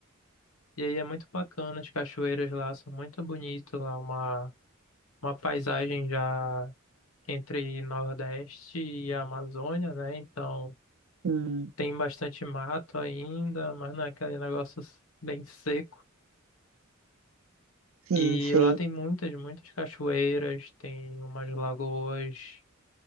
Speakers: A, on the left (about 80°); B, on the right (about 70°).
A: e aí é muito bacana, as cachoeiras lá são muito bonitas lá, uma, uma paisagem já entre Nordeste e Amazônia, né? Então
B: Hum.
A: tem bastante mato ainda, mas não é aquele negócio bem seco.
B: Sim,
A: E
B: sei.
A: lá tem muitas, muitas cachoeiras, tem umas lagoas